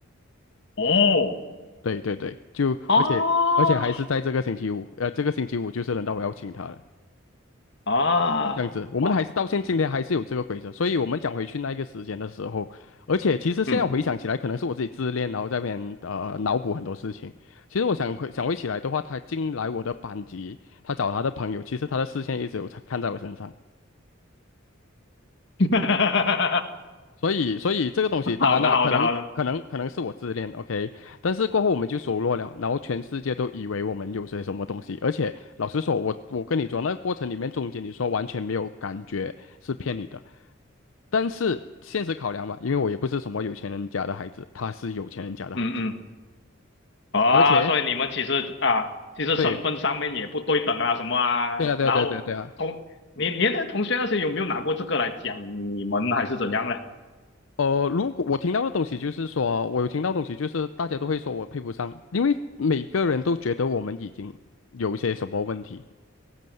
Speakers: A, on the left (about 55°); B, on the left (about 75°).
A: 哦
B: 对对对，就而且而且还是在这个星期五，
A: 啊
B: 呃，这个星期五就是轮到我要请他了，
A: 啊哇，
B: 这样子，我们还是到现今天还是有这个规则，所以我们讲回去那个时间的时候，而且其实现在回想起来，
A: 嗯，
B: 可能是我自己自恋，然后在那边呃脑补很多事情。其实我想回想回起来的话，他进来我的班级，他找他的朋友，其实他的视线一直有在看在我身上。
A: <laughs>
B: 所以，所以这个东西，当然了，
A: 好的好的好的，
B: 可能，可能，可能是我自恋，OK，但是过后我们就熟络了，然后全世界都以为我们有些什么东西，而且老实说，我我跟你说，那个过程里面中间你说完全没有感觉是骗你的，但是现实考量嘛，因为我也不是什么有钱人家的孩子，他是有钱人家的孩子，
A: 嗯嗯啊，
B: 而且
A: 所以你们其实啊，其实身份上面也不对等啊什么啊，
B: 对，对啊，对啊，
A: 然后同你你的同学那些有没有拿过这个来讲你们还是怎样呢？
B: 对啊，对啊，对啊。呃，如果我听到的东西就是说，我有听到东西就是大家都会说我配不上，因为每个人都觉得我们已经有一些什么问题，